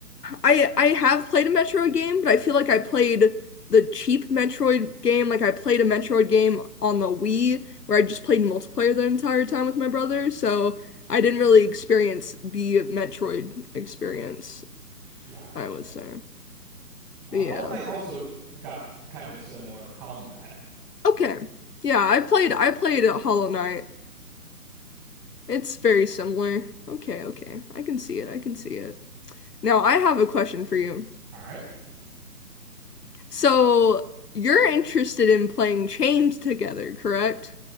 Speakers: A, on the left; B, on the right.
A: I I have played a Metroid game, but I feel like I played the cheap Metroid game. Like I played a Metroid game on the Wii where I just played multiplayer the entire time with my brother, so I didn't really experience the Metroid experience,
B: Gotcha.
A: I would say.
B: Uh,
A: But
B: Hollow
A: yeah.
B: Knight's also got kind of similar combat.
A: Okay. Yeah, I played I played Hollow Knight. It's very similar. Okay, okay. I can see it. I can see it. Now, I have a question for you.
B: All right,
A: So you're interested in playing Chained together, correct?